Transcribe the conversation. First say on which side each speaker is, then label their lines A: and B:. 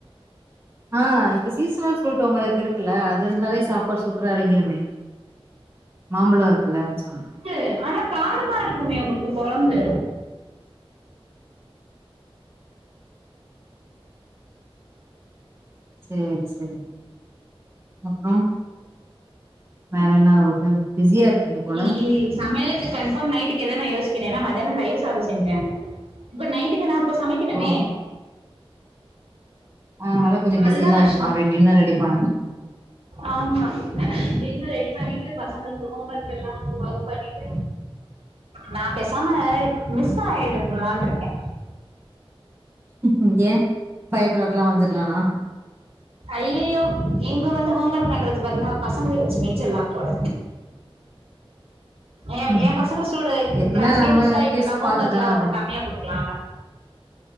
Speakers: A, on the right (about 25°); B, on the right (about 75°).
A: ஆ இப்ப சீசனல் ஃப்ரூட் உங்களுக் இருக்குல்ல அது இருந்தாலே சாப்பாடு சூப்பரா எறங்கிருமே மாம்பழோ இருக்குல <unintelligible>
B: க்கு ஆனா காரமா இருக்குமே உங்ளுக்கு கொழம்பு
A: சேரி சேரி அப்றோ வேற என்ன ஆவுது பிஸியா இருக்கீங்க போல
B: இன்னிக்கு சமைலுக்கு கன்ஃபார்ம் நைட்டுக்கு எதா நா யோசிக்கணு ஏனா மதியானோ தயிரு சாதோ செஞ்ச இப்ப நைட்டுக்கு நான் அப்ப சமைக்கணுமே
A: ஓ ஆனாலு கொஞ்சோ
B: அதுதான்
A: பிஸிதா
B: கஷ்டம்
A: இப்ப மறுவ்டி டின்னர் ரெடி பண்ணணு
B: ஆமா டின்னர் ரெடி பண்ணிட்டு பசங்களுக்கு ஹோம் ஒர்கெல்லா வந்து ஒர்க் பண்ணிட்டு நான் பெசாம மிஸ் ஆய்டுங்குலான்ட்ருக்கே
A: ம் ம் ஏன் ஃபையோ கிளாக்லா வந்துர்லானா
B: ஐயயோ இங்க வந்து ஹோம் ஒர்க் பண்றதுக்கு பதிலா பசங்ளே வச்சு மேய்ச்சிர்லா போல ஏன்
A: ம்
B: ஏன் பசங்கஸ்ஸோட
A: எப்டினா
B: கிளாஸ்க்கே
A: நம்ம
B: மிஸ் ஆய்ட்டு
A: கிட்ஸ்
B: நா ஹோம்
A: பாத்துதான
B: ஒர்க்லா
A: ஆகணு
B: வந்து கம்மியா குடுக்லான்ல